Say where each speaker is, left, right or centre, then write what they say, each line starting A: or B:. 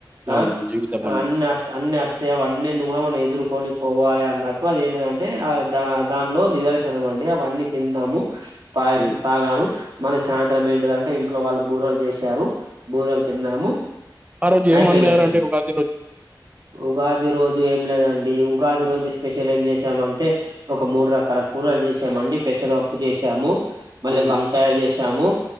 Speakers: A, on the right (about 60°); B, on the right (about 20°).
A: ఆ
B: అవును జీవితం
A: ఆ
B: అనేది
A: అనియాస్ అనియాస్ సో వన్నింటిని కూడా మనం ఎదుర్కొని పోవాలే అన్నట్టు అది ఏంటిదంటే ఆ ద దానిలో నిదర్శనం ఆన్ డే ఆవన్నీ తింటాము పయసం
B: హ్మ్
A: తాగాను మన సాయంత్రం ఏంటిదంటే ఇంట్లో వాళ్ళు బూరలు చేశారు బూరలు తిన్నాము
B: ఆ రోజు ఏం
A: అయిపోయినదండి
B: ఒండరూ అండి ఉగాద్
A: ఉగాది రోజు ఏం లేదండి ఈ ఉగాది రోజు స్పెషల్ ఏం చేశామంటే ఒక మూడు
B: హ్మ్.
A: రకాల కూరలు చేసామండి పెసరాపప్పు చేసాము మళ్ళీ
B: హ్మ్.
A: వంకాయ చేసాము